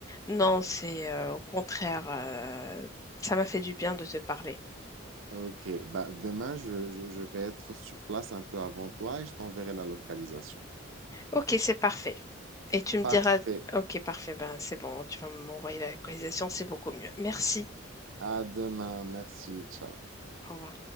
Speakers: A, on the left; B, on the right.
A: Non, c'est euh, au contraire, euh, ça m'a fait du bien de te parler.
B: Ok, bah, demain, je, je- je vais être sur place un peu avant toi et je t'enverrai la localisation.
A: Ok, c'est parfait. Et tu me
B: Parfait.
A: diras, ok, parfait, ben c'est bon, tu vas m'envoyer la localisation, c'est beaucoup mieux. Merci.
B: À demain. Merci. Ciao.
A: Au revoir.